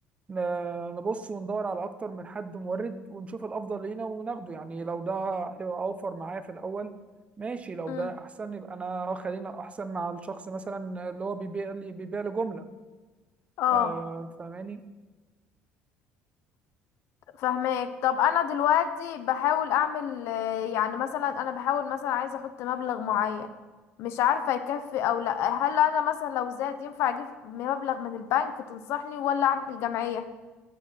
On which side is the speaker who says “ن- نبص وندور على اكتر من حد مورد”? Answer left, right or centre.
Right